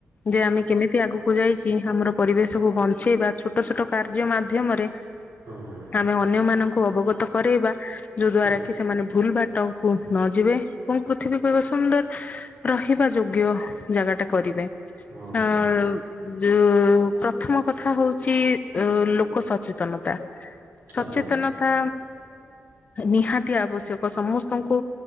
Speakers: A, on the left (about 35°); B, on the right (about 55°).
A: ଯେ ଆମେ କେମିତି ଆଗ ଯାଇକି ଆମର ପରିବେଶକୁ ବଞ୍ଚେଇବା ଛୋଟ ଛୋଟ କାର୍ଯ୍ୟ ମାଧ୍ୟମରେ।
B: ହୁଁ ହୁଁ।
A: ଆମେ ଅନ୍ୟ ମାନଙ୍କୁ ଅବଗତ କରରୋଇବା ଯୋ ଦ୍ଵାରା
B: ଠିକ୍
A: କି ସେମାନେ- ଭୁଲ ବାଟକୁ ନ ଯିବେ। କଣ ପୃଥିବୀ- ଏକ ସୁନ୍ଦର ରଖିବା ଯୋଗ୍ୟ ଜାଗା ଟା କରିବେ
B: ହୁଁ
A: ଆ। ଉ ପ୍ରଥମ କଥା ହଉଚି ଲୋକ ସଚେତନତା। ସଚେତନ।
B: ଆଜ୍ଞା
A: ତା ନିହାତି ଆବଶ୍ୟକ ସମସ୍ତଙ୍କୁ